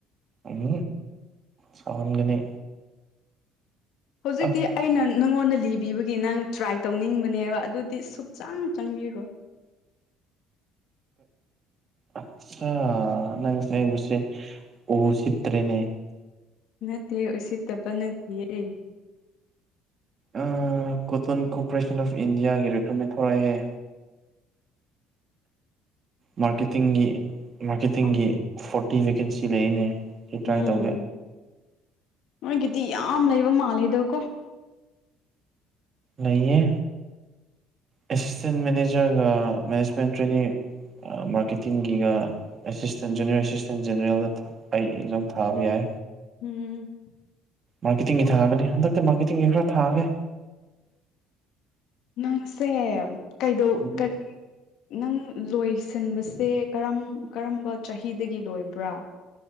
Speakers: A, on the right; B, on the left.
A: ꯎꯝ ꯁꯥꯎꯍꯟꯒꯅꯤ
B: ꯍꯨꯖꯤꯛꯇꯤ
A: ꯑ
B: ꯑꯩꯅꯟ ꯅꯪꯉꯣꯟꯗ ꯂꯤꯕꯤꯕꯒꯤ ꯅꯪ ꯇ꯭ꯔꯥꯏ ꯇꯧꯅꯤꯡꯕꯅꯦꯕ ꯑꯗꯨꯗꯤ ꯁꯨꯛꯆꯪ ꯆꯪꯕꯤꯔꯣꯏ <inaudible>
A: ꯑꯠꯁꯥ ꯅꯪꯁꯦꯡꯕꯁꯤ ꯎꯁꯤꯠꯇ꯭ꯔꯦꯅꯦ
B: ꯅꯠꯇꯦ ꯎꯁꯤꯠꯇꯕ ꯅꯠꯇꯤꯌꯦ
A: ꯑ ꯀꯣꯇꯟ ꯀꯣꯄ꯭ꯔꯦꯁꯟ ꯑꯣꯐ ꯏꯟꯗꯤꯌꯥꯒꯤ ꯔꯦꯀ꯭ꯔꯞꯃꯦꯟ ꯊꯣꯔꯛꯑꯦ ꯃꯥꯔꯀꯦꯇꯤꯡꯒꯤ ꯃꯥꯔꯀꯦꯇꯤꯡꯒꯤ
B: ꯑꯣ
A: ꯐꯣꯔꯇꯤ ꯚꯦꯀꯦꯟꯁꯤ ꯂꯩꯌꯦꯅꯦ ꯁꯤ ꯇ꯭ꯔꯥꯏ
B: ꯎꯝ
A: ꯇꯧꯒꯦ
B: ꯅꯣꯏꯒꯤꯗꯤ ꯌꯥꯝ ꯂꯩꯕ ꯃꯥꯜꯂꯦꯗ ꯀꯣ
A: ꯂꯩꯌꯦ ꯑꯦꯁꯤꯁꯇꯦꯟ ꯃꯅꯦꯖꯔꯒ ꯃꯦꯅꯦꯖꯃꯦꯟ ꯇ꯭ꯔꯦꯅꯤꯡ ꯑ ꯃꯥꯔꯀꯦꯇꯤꯡꯒꯤꯒ ꯑꯦꯁꯤꯁꯇꯦꯟ ꯖꯨꯅꯤꯌꯔ ꯑꯦꯁꯤꯁꯇꯦꯟ ꯖꯦꯅꯦꯔꯦꯜꯗ ꯊ ꯑꯩ ꯑꯦꯛꯖꯥꯝ ꯊꯥꯕ ꯌꯥꯏ
B: ꯎꯝ
A: ꯃꯥꯔꯀꯦꯠꯇꯤꯡꯒꯤ ꯊꯥꯒꯅꯤ ꯍꯟꯗꯛꯀ ꯃꯥꯔꯀꯦꯠꯇꯤꯡꯒꯤ ꯈꯔ ꯊꯥꯒꯦ
B: ꯅꯪꯁꯦ ꯀꯩꯗꯧ
A: ꯎꯝ
B: ꯀꯔꯤ ꯅꯪ ꯂꯣꯏꯁꯤꯟꯕꯁꯦ ꯀꯔꯝ ꯀꯔꯝꯕ ꯆꯍꯤꯗꯒꯤ ꯂꯣꯏꯕ꯭ꯔꯥ